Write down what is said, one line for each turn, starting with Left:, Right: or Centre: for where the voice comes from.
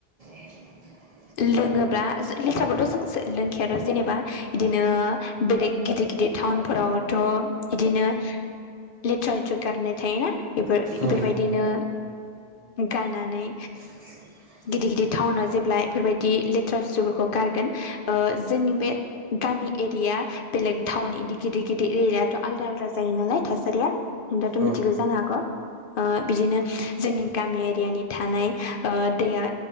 Right: <inaudible>
Left: लोङोबा लेथखौथ' जों लोंखायादा जेनेबा इदिनो बेलेग गिदिर गिदिर टाउनफोरावथ' बिदिनो लेथ्रा लेथ्रु गारनाय थायोना बेफोर- बेफोरबायदिनो
Right: औ
Left: गानानै
Right: <inaudible>
Left: गिदि गिदिद टाउनाव जेब्ला बेफोरबायदि लेथ्रा जुसुफोरखौ गारगोन ओ जोंनि बे गामि एरिया बेलेग टाउन इदि गिदि गिदि एरियाथ' आलदा आलदा जायो नालाय थासारिया। न दाथ'
Right: औ
Left: मिथिगौ जानो हाग'। ओ बिदिनो जोंनि गामि एरियानि थानाय ओ दैया